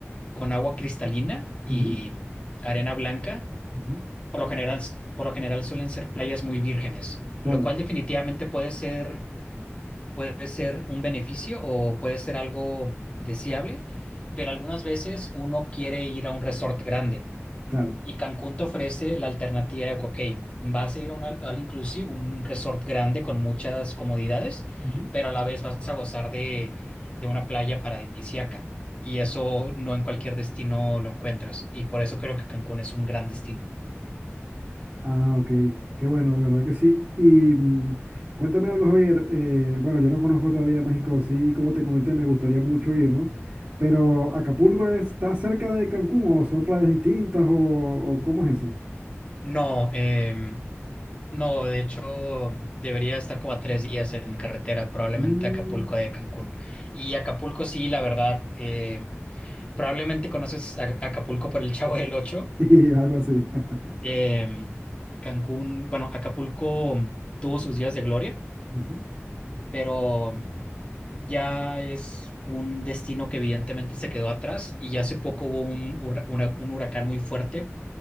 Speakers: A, on the left (about 25°); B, on the right (about 40°).
A: con agua cristalina y
B: Ujú,
A: arena blanca,
B: ujú,
A: por lo general, por lo general suelen ser playas muy vírgenes,
B: Claro,
A: lo cual definitivamente puede ser, puede ser un beneficio o puede ser algo deseable, pero algunas veces uno quiere ir a un resort grande.
B: claro.
A: Y Cancún te ofrece la alternativa de, ok, vas a ir a un al all inclusive, un resort grande con muchas comodidades,
B: Ujú.
A: pero a la vez vas a gozar de, de una playa paradisíaca. Y eso no en cualquier destino lo encuentras. Y por eso creo que Cancún es un gran destino.
B: Ah, ok. Qué bueno, de verdad que sí. Y mm, cuéntame algo, Javier. eh, bueno, yo no conozco todavía México. Sí, como te comenté, me gustaría mucho ir, ¿no? Pero ¿Acapulco está cerca de Cancún o son playas distintas o, o cómo es eso?
A: No, em, no, de hecho, debería estar como a tres días en carretera, probablemente
B: Mm,
A: a Acapulco de Cancún. Y Acapulco, sí, la verdad, eh, probablemente conoces a- Acapulco por el Chavo del Ocho
B: <laughs> Y algo así. <laughs>
A: Em, Cancún, bueno, Acapulco tuvo sus días de gloria,
B: Ujú.
A: pero ya es un destino que evidentemente se quedó atrás y ya hace poco hubo un, hurra- una- un huracán muy fuerte